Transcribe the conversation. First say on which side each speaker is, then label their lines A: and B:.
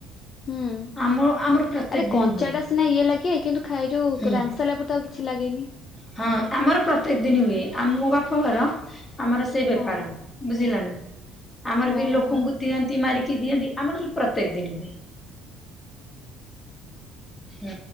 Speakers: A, on the left; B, on the left.
A: ହୁଁ।
B: ଆମ ଆମର ପ୍ରତ୍ୟେକ
A: ଆରେ କଞ୍ଚା
B: ଦିନ ହୁଏ।
A: ଟା ସିନା ଇଏ ଲାଗେ। କିନ୍ତୁ, ଖାଇ ଯୋଉ
B: ହୁଁ
A: ରାନ୍ଧି ସାରିଲା ପରେ ତ ଆଉ କିଛି ଲାଗେନି।
B: ହଁ ଆମର ପ୍ରତ୍ୟେକ ଦିନ ହୁଏ। ଆମ ମୋ ବାପ ଘର ଆମର ସେଇ ବେପାର।
A: ହଁ।
B: ବୁଝିଲ ନା? ଆମର ବି
A: ଓହୋ।
B: ଲୋକଙ୍କୁ ଦିଅନ୍ତି, ମାରିକି ଦିଅନ୍ତି। ଆମର ପ୍ରତ୍ୟେକ ଦିନ ହୁଏ। ହୁଁ।